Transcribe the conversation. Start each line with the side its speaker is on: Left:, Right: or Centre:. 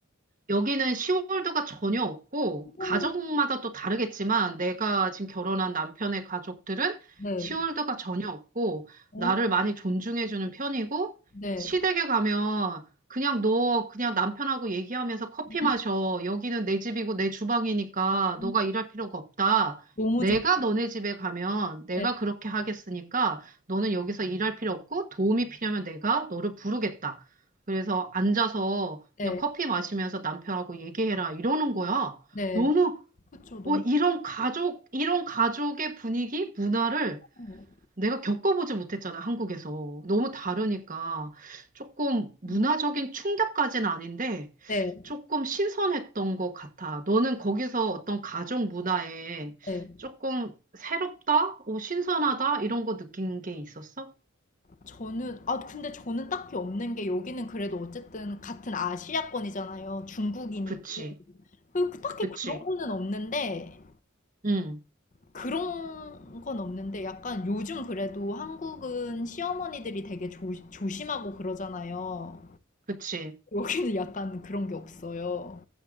Right: 여기는 시월드가 전혀 없고,
Left: 오.
Right: 가족마다 또 다르겠지만, 내가 지금 결혼한 남편의 가족들은
Left: 네.
Right: 시월드가 전혀 없고,
Left: 오.
Right: 나를 많이 존중해주는 편이고,
Left: 네.
Right: 시댁에 가면, 그냥 너, 그냥 남편하고 얘기하면서 커피
Left: 음.
Right: 마셔. 여기는 내 집이고 내 주방이니까
Left: 음.
Right: 너가 일할 필요가 없다.
Left: 너무
Right: 내가
Left: 좋다.
Right: 너네 집에 가면 내가
Left: 네.
Right: 그렇게 하겠으니까 너는 여기서 일할 필요 없고 도움이 필요하면 내가 너를 부르겠다. 그래서 앉아서
Left: 네.
Right: 그냥 커피 마시면서 남편하고 얘기해라 이러는 거야.
Left: 네.
Right: 너무
Left: 그쵸. 너무.
Right: 어, 이런 가족 이런 가족의 분위기 문화를
Left: 음.
Right: 내가 겪어보지 못했잖아 한국에서 너무 다르니까 조금 문화적인
Left: 음.
Right: 충격까지는 아닌데
Left: 네.
Right: 조금 신선했던 것 같아. 너는 거기서 어떤 가족 문화에
Left: 네.
Right: 조금 새롭다, 오, 신선하다 이런 거 느낀 게 있었어?
Left: 저는 아 근데 저는 딱히 없는 게 여기는 그래도 어쨌든 같은 아시아권이잖아요. 중국인이고.
Right: 그치,
Left: 그 그 딱히
Right: 그치,
Left: 그런 거는 없는데
Right: 응,
Left: 그런 건 없는데 약간 요즘 그래도 한국은 시어머니들이 되게 조, 조심하고 그러잖아요.
Right: 그치.
Left: 여기는 약간 그런 게 없어요.